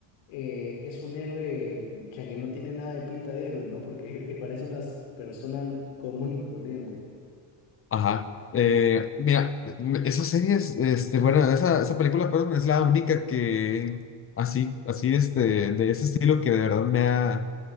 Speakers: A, on the left (about 75°); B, on the left (about 30°).
A: eh, es un héroe, ya que no tiene nada de pinta de héroe, ¿no? Porque <laughs> parece una persona común y corriente.
B: Ajá. Eh, mira, me- esa serie es, este, bueno, esa, esa película, perdón, es la única que así, así, este, de ese estilo que de verdad me ha,